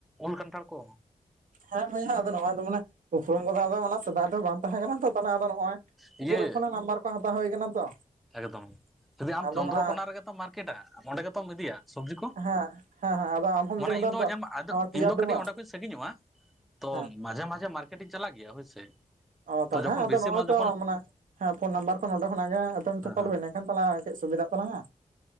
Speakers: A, in the centre; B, on the right.
A: ᱩᱞ ᱠᱟᱱᱴᱷᱟᱲ ᱠᱚ᱾
B: ᱦᱮᱸ ᱵᱟᱹᱭ ᱟᱫᱚ ᱱᱚᱜᱚᱭ ᱫᱚ ᱢᱟᱱᱮ ᱟᱠᱷᱨᱤᱧ ᱠᱚᱫᱚ ᱟᱫᱚ ᱥᱮᱫᱟᱭᱟᱜ ᱫᱚ ᱵᱟᱝ ᱛᱟᱦᱮᱸ ᱠᱟᱱᱟ ᱛᱚ, ᱛᱟᱦᱚᱞᱮ ᱟᱫᱚ ᱱᱚᱜᱼᱚᱭ
A: ᱤᱭᱟᱹ
B: ᱜᱨᱩᱯ ᱠᱷᱚᱱᱟᱜ ᱱᱟᱢᱵᱟᱨ ᱠᱚ ᱦᱟᱛᱟᱣ ᱦᱩᱭ ᱠᱟᱱᱟ ᱛᱚ᱾
A: ᱮᱠᱫᱚᱢ ᱡᱩᱫᱤ ᱟᱢ
B: ᱟᱫᱚ
A: ᱪᱚᱱᱫᱨᱚᱚᱠᱳᱱᱟ
B: ᱢᱟᱱᱮ
A: ᱨᱮᱜᱮ ᱛᱚᱢ ᱢᱟᱨᱠᱮᱴᱟ? ᱚᱸᱰᱮ ᱜᱮᱛᱚᱢ ᱤᱫᱤᱭᱟ? ᱥᱚᱵᱡᱤ ᱠᱚ
B: ᱦᱮᱸ ᱦᱮᱸ ᱦᱮᱸ ᱟᱫᱚ ᱟᱢ ᱦᱚᱢ
A: ᱢᱟᱱᱮ
B: ᱞᱟᱹᱭ ᱠᱮᱫᱟ
A: ᱤᱧ
B: ᱟᱫᱚ
A: ᱫᱚ
B: ᱱᱚᱣᱟ ᱯᱮᱭᱟ
A: ᱤᱧ ᱫᱚ
B: ᱰᱚᱵᱟ
A: ᱠᱟᱹᱴᱤᱡ ᱚᱸᱰᱮ ᱠᱷᱚᱱ ᱥᱟᱺᱟᱜᱤᱧᱚᱜᱼᱟ, ᱛᱚ
B: ᱦᱮᱸ
A: ᱢᱟᱡᱷᱮ ᱢᱟᱡᱷᱮ ᱢᱟᱨᱠᱮᱴ ᱤᱧ ᱪᱟᱞᱟᱜ ᱜᱮᱭᱟ ᱦᱳᱭᱥᱮ᱾
B: ᱚ ᱛᱟᱞᱦᱮ
A: ᱛᱚ ᱡᱚᱠᱷᱚᱱ
B: ᱦᱮᱸ ᱟᱫᱚ
A: ᱵᱮᱥᱤ
B: ᱱᱚᱜᱼᱚᱭ
A: ᱢᱟᱞ
B: ᱛᱚ
A: ᱡᱚᱠᱷᱚᱱ
B: ᱢᱟᱱᱮ ᱦᱮᱸ ᱯᱷᱳᱱ ᱱᱟᱢᱵᱟᱨ ᱠᱚ ᱱᱚᱰᱮ ᱠᱷᱚᱱᱟᱜ ᱜᱮ ᱮᱯᱮᱢ
A: ᱦᱮᱸ
B: ᱪᱟᱯᱟᱞ ᱦᱩᱭ ᱞᱮᱱ ᱠᱷᱟᱱ ᱛᱟᱞᱟᱝ ᱠᱟᱹᱡ ᱥᱩᱵᱤᱫᱷᱟᱜ ᱛᱞᱟᱝᱟ᱾